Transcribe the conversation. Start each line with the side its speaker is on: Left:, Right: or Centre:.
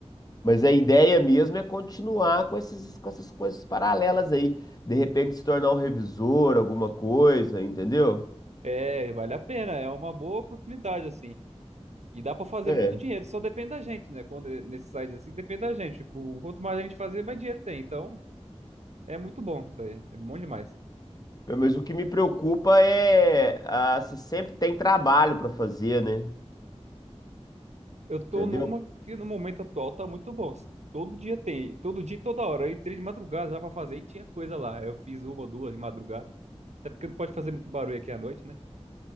Left: mas a ideia mesmo é continuar com esses, com essas coisas paralelas aí. De repente se tornar um revisor, alguma coisa, entendeu?
Right: É, vale a pena, é uma boa oportunidade, assim. E dá pra fazer
Left: É.
Right: muito dinheiro, só depende da gente, né? Quando é nesses sites assim, depende da gente. Qu- Quanto mais a gente fazer, mais dinheiro tem. Então, é muito bom isso aí. É bom demais.
Left: Mas o que me preocupa é ah, se sempre tem trabalho para fazer, né?
Right: Eu tô
Left: Entendeu?
Right: numa que no momento atual tá muito bom. Todo dia tem, todo dia, e toda hora. Aí três de madrugada já pra fazer e tinha coisa lá. Eu fiz uma, duas de madrugada. Até porque não pode fazer muito barulho aqui à noite, né?